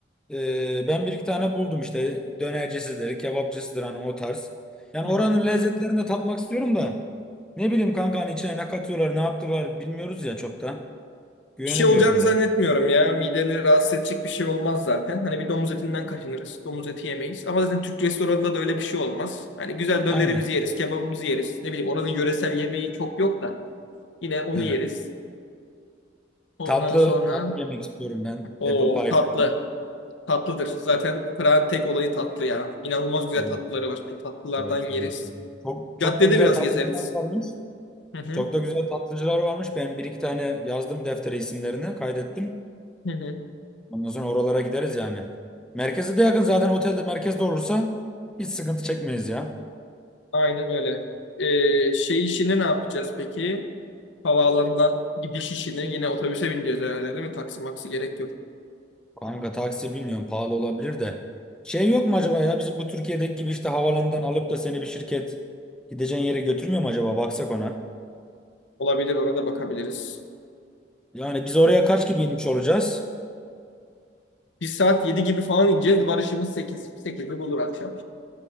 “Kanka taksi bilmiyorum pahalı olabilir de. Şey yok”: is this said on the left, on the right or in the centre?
Centre